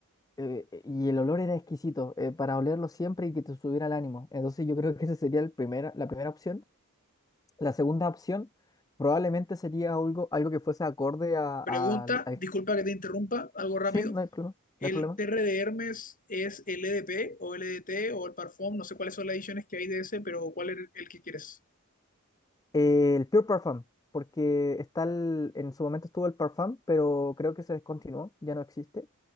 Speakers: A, on the left (about 15°); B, on the left (about 40°).
A: Eh, eh, y el olor era exquisito, eh, para olerlo siempre y que te subiera el ánimo. Entonces yo creo que esa sería el primera, la primera opción. La segunda opción probablemente sería algo, algo que fuese acorde a,
B: Pregunta,
A: a- al...
B: disculpa que te interrumpa, algo rápido.
A: Sí, no hay problema,
B: ¿El
A: no hay problema.
B: TR de Hermes es LDP o LDT o el Parfum? No sé cuáles son las ediciones que hay de ese, pero ¿cuál es el que quieres?
A: Eh, el Pure Parfum, porque está el- en su momento estuvo el Parfum, pero creo que se descontinuó, ya no existe.